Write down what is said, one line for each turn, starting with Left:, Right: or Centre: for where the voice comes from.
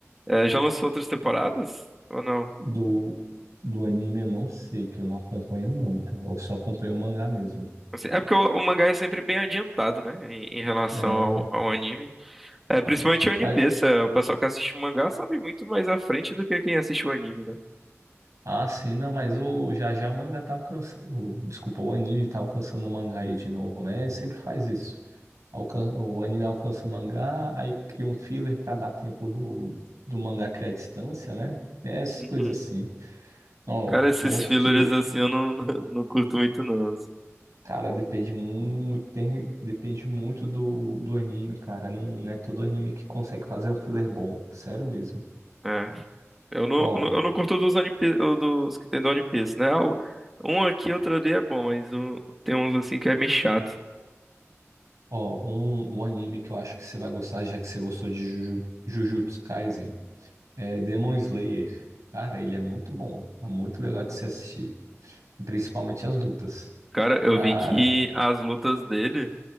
Centre: é, já lançou outras temporadas ou não?
Right: Do, do anime eu não sei, que eu não acompanho muito. Eu só acompanho o mangá mesmo.
Centre: Assim, é porque o, o mangá é sempre bem adiantado, né? Em, em relação
Right: É,
Centre: ao, ao anime. É, principalmente o One
Right: mas,
Centre: Piece. é, o pessoal que assiste o mangá sabe muito mais à frente do que quem assiste o anime, né?
Right: ah, sim, não, mas o, já já o mangá tá alcançando. o- Desculpa, o anime tá alcançando o mangá aí de novo, né? Ele sempre faz isso. Alcan, o anime alcança o mangá, aí cria um filler pra dar tempo do, do mangá criar distância, né? É essas
Centre: Uhum.
Right: coisas assim. Ó,
Centre: Cara, esses
Right: um outro
Centre: fillers
Right: que
Centre: assim eu não, <laughs> não, não curto muito, não. assim.
Right: Cara, depende muito, tem, depende muito do, do anime, cara. Não, não é todo anime que consegue fazer um filler bom. Sério mesmo.
Centre: É. Eu não,
Right: Ó,
Centre: eu não eu não curto dos, One Piece, dos que tem do One Piece, né? O- Um aqui, outro ali é bom, mas o- tem uns assim que é meio chato.
Right: ó, um, um anime que eu acho que você vai gostar, já que você gostou de Juju- Jujutsu Kaisen, é Demon Slayer. Cara, ele é muito bom. É muito legal de se assistir. Principalmente as lutas.
Centre: Cara, eu
Right: Cara,
Centre: vi que as lutas dele.